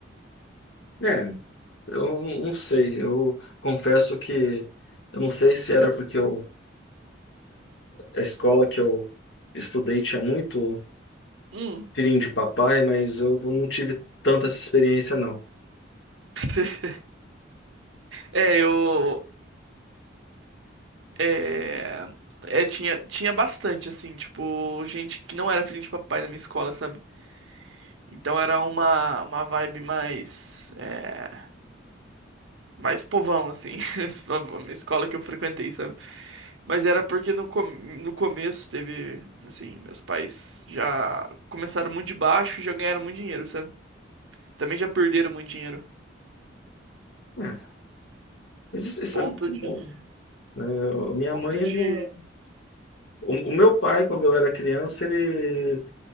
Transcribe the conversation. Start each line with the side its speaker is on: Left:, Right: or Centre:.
Left: É, eu não não sei, eu confesso que eu não sei se era porque eu, a escola que eu estudei tinha muito
Right: Hum.
Left: filhinho de papai, mas eu não tive tanta essa experiência, não.
Right: <laughs> É, eu. É, é, tinha, tinha bastante, assim, tipo, gente que não era filho de papai na minha escola, sabe? Então era uma, uma vibe mais. é, mais povão, assim, <laughs> esse povão, uma escola que eu frequentei, sabe? Mas era porque no, com- no começo teve, assim, meus pais já começaram muito de baixo e já ganharam muito dinheiro, sabe? Também já perderam muito dinheiro.
Left: É, mas isso, isso
Right: Ponto
Left: é, isso é
Right: de,
Left: bom. né? Eu- minha
Right: ponto
Left: mãe,
Right: de,
Left: o, o meu pai, quando eu era criança, ele,